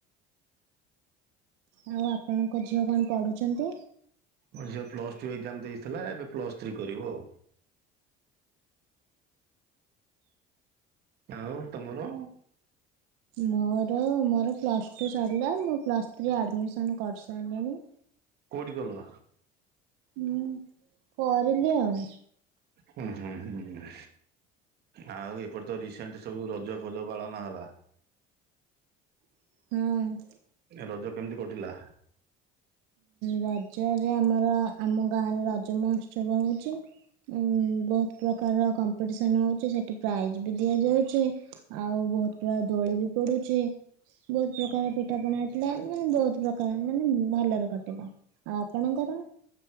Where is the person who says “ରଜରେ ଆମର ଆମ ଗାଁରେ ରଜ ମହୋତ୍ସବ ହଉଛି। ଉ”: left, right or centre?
Right